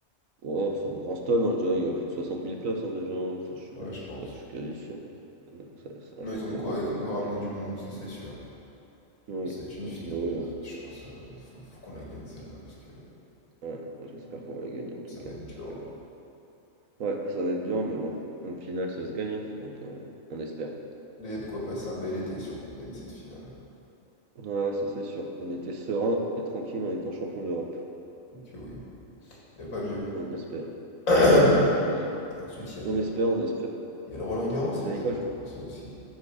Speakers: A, on the right; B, on the left.
A: oh, c'est un grand stade, hein, je dirais, il y a plus de soixante mille places hein, déjà. hein, ça, je, je,
B: Ouais, je pense.
A: suis presque- je suis quasi sûr. hein. Ouais, non, ça, ça reste
B: Non, ils
A: un très
B: ont de quoi,
A: grand stade,
B: ils ont de quoi
A: hein, franchement.
B: ramener du monde, ça c'est sûr.
A: Oui,
B: Ça va être une
A: donc
B: finale
A: euh, oui,
B: de
A: non,
B: dingue,
A: c'est-
B: je pense. euh, faut, faut qu'on la gagne celle-là, parce que
A: ouais, non, j'espère qu'on va la gagner en tout
B: ça
A: cas.
B: va être
A: hein,
B: dur.
A: Parce que, ouais, ça va être dur, mais bon, en finale, ça se gagne. hein, donc on, on espère.
B: Là, il y a de quoi passer un bel été si on gagne cette finale.
A: Ouais, ça c'est sûr. On était serein et tranquille en étant champion d'Europe.
B: Ok, oui. Il n'y a pas mieux.
A: On espère.
B: <clears throat> Et
A: Ouais, non, en tout cas, on,
B: Ensuite, il y a le,
A: on espère, on espère.
B: il y a le Roland-Garros
A: T'as
B: là qui
A: dit quoi?
B: va
A: je-
B: commencer aussi.